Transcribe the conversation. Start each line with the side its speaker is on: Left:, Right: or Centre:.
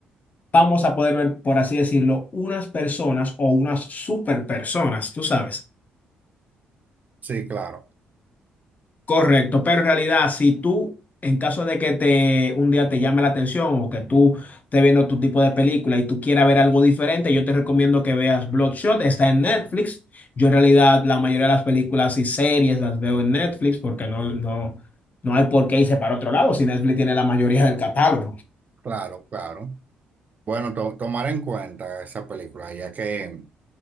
Left: vamos a poder ver, por así decirlo, unas personas o unas super personas, tú sabes
Right: Sí, claro,
Left: Correcto, pero en realidad, si tú, en caso de que te un día te llame la atención o que tú estés viendo tu tipo de película y tú quieras ver algo diferente, yo te recomiendo que veas Bloodshot, está en Netflix. Yo en realidad la mayoría de las películas y series las veo en Netflix porque no, no, no hay por qué irse para otro lado si Netflix tiene la mayoría del catálogo.
Right: claro, claro. Bueno, to- tomar en cuenta esa película, ya que